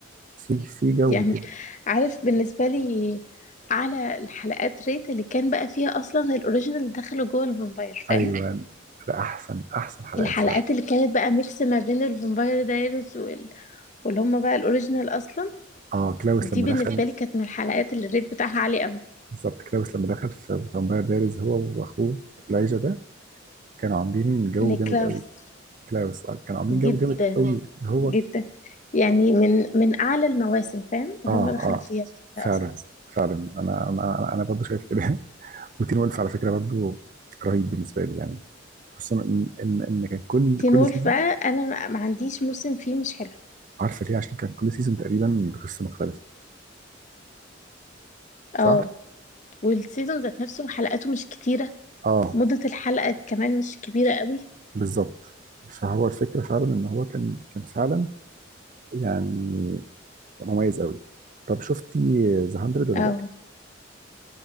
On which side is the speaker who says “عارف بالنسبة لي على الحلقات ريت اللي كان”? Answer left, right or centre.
Left